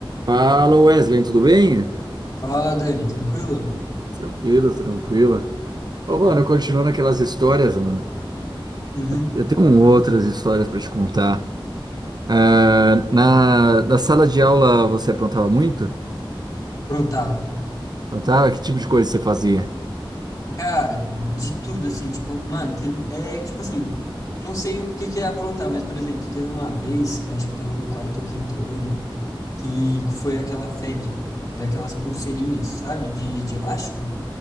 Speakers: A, on the right (about 50°); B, on the left (about 40°).
A: Fala Wesley, tudo bem?
B: Fala, Dani, tranquilo?
A: Tranquilo, tranquilo. Ô, mano, continuando aquelas histórias, mano.
B: Uhum.
A: Eu eu tenho um outras histórias pra te contar. Ah, na, na sala de aula você aprontava muito?
B: Prontava.
A: Aprontava? Que tipo de coisa você fazia?
B: Cara, de tudo, assim, tipo, mano, teve. É, tipo assim, não sei o que que é aprontar, mas, por exemplo, teve uma vez que eu acho que eu tava no quarto ou quinto ano, que foi aquela febre daquelas pulseirinhas, sabe? De, de elástico.